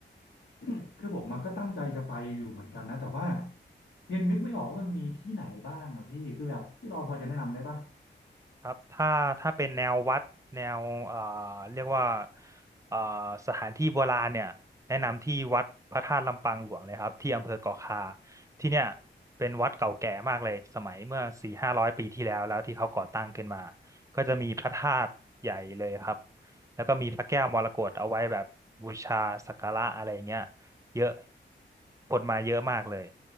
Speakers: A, on the left; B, on the right.
A: <clears throat> คือผมมาก็ตั้งใจจะไปอยู่เหมือนกันนะแต่ว่ายังนึกไม่ออกว่ามันมีที่ไหนบ้างอะพี่คือแบบพี่รอนพอจะแนะนำได้ปะ
B: ครับถ้าถ้าเป็นแนววัดแนวเอ่อเรียกว่าเอ่อสถานที่โบราณเนี่ยแนะนำที่วัดพระธาตุลำปางหลวงเลยครับที่อำเภอเกาะคาที่เนี่ยเป็นวัดเก่าแก่มากเลยสมัยเมื่อสี่ห้าร้อยปีที่แล้วแล้วที่เขาก่อตั้งขึ้นมาก็จะมีพระธาตุใหญ่เลยครับแล้วก็มีพระแก้วมรกตเอาไว้แบบบูชาสักการะอะไรเงี้ยเยอะคนมาเยอะมากเลย